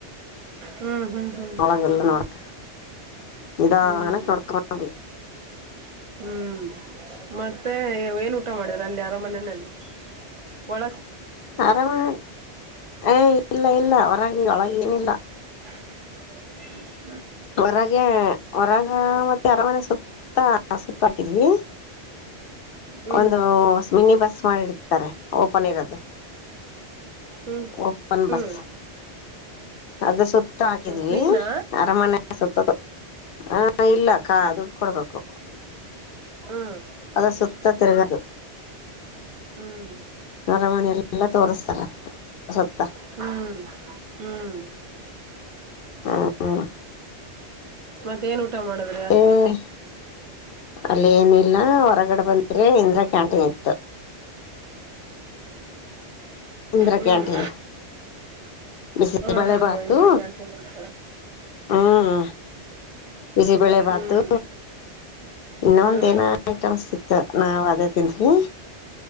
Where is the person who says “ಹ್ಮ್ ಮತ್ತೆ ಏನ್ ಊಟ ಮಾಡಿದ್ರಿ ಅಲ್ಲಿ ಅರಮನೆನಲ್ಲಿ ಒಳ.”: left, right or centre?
Right